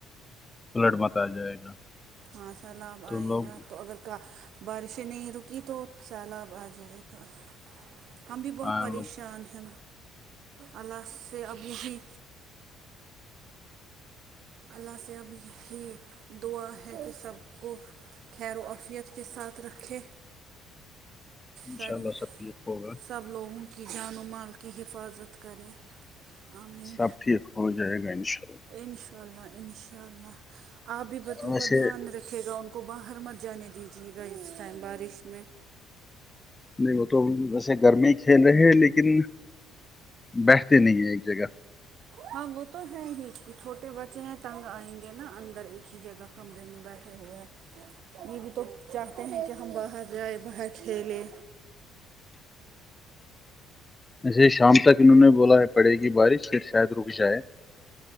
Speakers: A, on the left; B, on the right.
A: فلڈ مت آ جائے گا
B: ہاں سیلاب
A: تو
B: آئے
A: لوگ
B: گا تو اگر کا بارشیں نہیں رکی تو سال آ جائے گ ہم بھی بہت
A: آئیں
B: پریشان
A: لوگ
B: ہیں اللہ سے اب یہی اللہ سے اب یہی دعا ہے کہ سب کو خیر و آفیت کے ساتھ رکھے
A: ان
B: سری
A: شاء اللہ سب ٹھیک ہوگا
B: سب لوگوں کی جان و مال کی حفاظت کرے آمین
A: سب ٹھیک ہو جائے گا ان شاء اللہ
B: انشاء اللہ انشاء اللہ آپ بھی بچوں
A: اللہ ویسے
B: کا دھیان رکھے گا ان کا کو باہر مت جانے دیجیے گا جس ٹائم بارش میں
A: نہیں وہ تو ویسے گرمی ہی کھیل رہے ہیں لیکن بیٹھتے نہیں ہیں ایک جگہ
B: ہاں وہ تو ہے ہی چھوٹے بچے ہیں تٹنگ آئیں گے نا اندر ایک ہی جگہ کمرے میں بیٹ کے ہوئے یہ بھی تو چاہتے ہیں کہ ہم باہر جائیں باہر کھیلے
A: جیسے شام تک انہوں نے بولا ہے پڑے گی بارش پھر شاید رک جائے